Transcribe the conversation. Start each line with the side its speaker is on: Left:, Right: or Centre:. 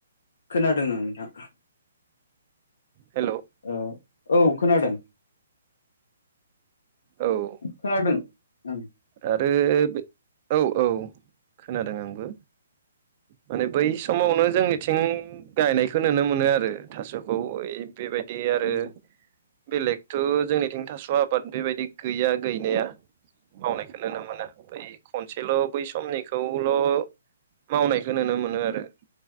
Left: खोनादों नोंथां।
Right: हेल'
Left: औ औ खोनादों
Right: औ
Left: खोनादोंं ओं
Right: आरो औ औ खोनादों आंबो‌ माने बै समावनो जोंनिथिं गायनायखौ नुनो मोनो आरो थास'खौ। बेबायदि आरो
Left: ओम
Right: बेलेगथ' जोंनिथिं थास' आबाद बेबायदि गैया गैनाया। मावनायखौ नुनो मोना बै खनसेल' बै समनिखौल' मावनाय खो नुनो मोनो आरो।